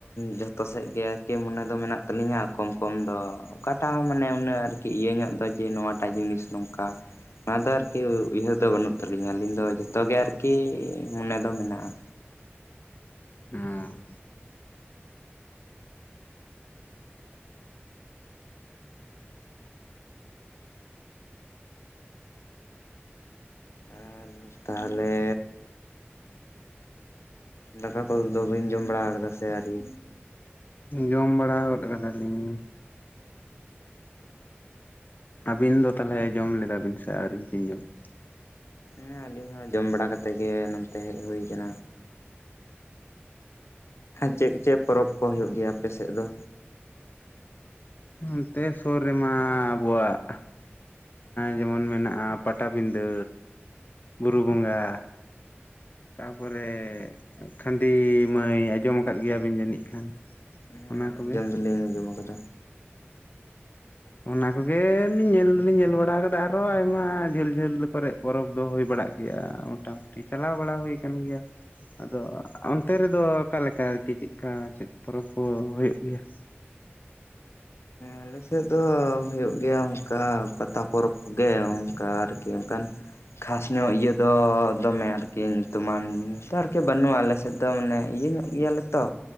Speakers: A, on the left; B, on the left.
A: ᱡᱚᱛᱷᱚ ᱥᱮᱜ ᱜᱮ- ᱠᱮ ᱢᱚᱱᱮ ᱫᱚ ᱢᱮᱱᱟᱜ ᱛᱟᱹᱞᱤᱧ-ᱟ ᱠᱚᱢ ᱠᱚᱢ ᱫᱚ- ᱚᱠᱟᱴᱟᱜ ᱦᱚᱸ ᱢᱟᱱᱮ ᱩᱱᱟᱹᱜ ᱟᱨᱠᱤ ᱤᱭᱟᱹᱧᱚᱜ ᱫᱚ ᱡᱮ ᱱᱚᱣᱟᱴᱟᱜ ᱡᱤᱱᱤᱥ ᱚᱝᱠᱟ- ᱚᱱᱟ ᱫᱚ ᱟᱨᱠᱤ ᱩᱭᱦᱟᱹᱨ ᱫᱚ ᱵᱟᱹᱱᱩᱜ ᱛᱟᱹᱞᱤᱧᱟ ᱟᱹᱞᱤᱧ ᱫᱚ ᱡᱷᱚᱛᱚ ᱜᱮ ᱟᱨᱠᱤ ᱢᱚᱱᱮ ᱫᱚ ᱢᱮᱱᱟᱜ-ᱟ
B: ᱩᱸ
A: ᱟᱨ ᱛᱟᱦᱞᱮ ᱫᱟᱠᱟ ᱠᱚᱫᱚ ᱵᱤᱱ ᱡᱚᱢ ᱵᱟᱲᱟᱣ ᱟᱠᱟᱫᱟ ᱥᱮ ᱟᱹᱣᱨᱤ
B: ᱡᱚᱢ ᱵᱟᱲᱟ ᱜᱚᱫ ᱠᱟᱫᱟᱞᱤᱧ ᱟᱹᱵᱤᱱ ᱫᱚ ᱛᱟᱦᱞᱮ ᱡᱚᱢ ᱞᱮᱫᱟ ᱵᱤᱱ ᱥᱮ ᱟᱹᱣᱨᱤ ᱵᱤᱱ ᱡᱚᱢᱟ
A: ᱦᱮᱸ ᱟᱞᱤᱧ ᱦᱚᱸ ᱡᱚᱢ ᱵᱟᱲᱟ ᱠᱟᱛᱮ ᱜᱮ ᱱᱚᱱᱛᱮ ᱦᱮᱡ ᱦᱩᱭ ᱟᱠᱟᱱᱟ ᱪᱮᱫ ᱪᱮᱫ ᱯᱚᱨᱚᱵᱽ ᱠᱚ ᱦᱩᱭᱩᱜ ᱜᱮᱭᱟ ᱟᱯᱮ ᱥᱮᱫ ᱫᱚ
B: ᱱᱚᱱᱛᱮ ᱥᱩᱨ ᱨᱮᱢᱟ ᱟᱵᱚᱣᱟᱜ ᱡᱮᱢᱚᱱ ᱢᱮᱱᱟᱜ-ᱟ ᱯᱟᱛᱟᱵᱤᱸᱰᱟᱹ ᱵᱩᱨᱩ ᱵᱚᱸᱜᱟ ᱛᱟᱯᱚᱨᱮ ᱠᱷᱟᱸᱫ ᱢᱟᱹᱭ ᱟᱸᱡᱚᱢ ᱟᱠᱟᱫ ᱜᱮᱭᱟ ᱵᱤᱱ ᱡᱟᱹᱱᱤᱡ ᱠᱷᱟᱱ
A: ᱦᱮᱸ
B: ᱚᱱᱟ ᱠᱚᱜᱮ
A: ᱡᱚᱢ ᱫᱚ ᱞᱤᱧ ᱡᱚᱢ ᱟᱠᱟᱫᱟ
B: ᱚᱱᱟ ᱠᱚᱜ ᱞᱤᱧ ᱧᱮᱞ ᱫᱚᱞᱤᱧ ᱧᱮᱞ ᱵᱟᱲᱟ ᱟᱠᱟᱫᱟ ᱟᱨᱚ ᱟᱭᱢᱟ ᱡᱷᱟᱹᱞ ᱡᱷᱟᱹᱞ ᱠᱚᱨᱮ᱾ ᱯᱚᱨᱚᱵᱽ ᱫᱚ ᱦᱩᱭ ᱵᱟᱲᱟᱜ ᱜᱮᱭᱟ ᱢᱚᱴᱟ ᱢᱩᱴᱤ ᱪᱟᱞᱟᱣ ᱵᱟᱲᱟ ᱦᱩᱭ ᱟᱠᱟᱱ ᱜᱮᱭᱟ᱾ ᱟᱫᱚ ᱚᱱᱛᱮ ᱨᱮᱫᱚ ᱚᱠᱟ ᱞᱮᱠᱟ ᱟᱨᱠᱤ ᱪᱤᱜ ᱞᱮᱠᱟ ᱪᱮᱫ ᱯᱚᱨᱚᱵᱽ ᱠᱚ ᱦᱩᱭᱩᱜ ᱜᱮᱭᱟ᱾
A: ᱟᱞᱮ ᱥᱮᱫ ᱫᱚ ᱦᱩᱭᱩᱜ ᱜᱮᱭᱟ ᱚᱝᱠᱟ ᱯᱟᱛᱟ ᱯᱚᱨᱚᱵᱽ᱾ ᱜᱮ ᱚᱱᱠᱟ ᱟᱨᱠᱤ ᱚᱱᱠᱟᱱ ᱠᱷᱟᱥ ᱧᱚᱜ ᱤᱭᱟᱹ ᱫᱚ ᱫᱚᱢᱮ ᱟᱨᱠᱤ ᱧᱩᱛᱩᱢᱟᱱ ᱡᱤᱱᱤᱥ ᱫᱚ ᱟᱨᱠᱤ ᱵᱟᱹᱱᱩᱜ-ᱟ ᱟᱞᱮ ᱥᱮᱫ ᱫᱚ ᱢᱟᱱᱮ ᱤᱭᱟᱹ ᱧᱚᱜ ᱜᱮᱭᱟ ᱞᱮ ᱛᱚ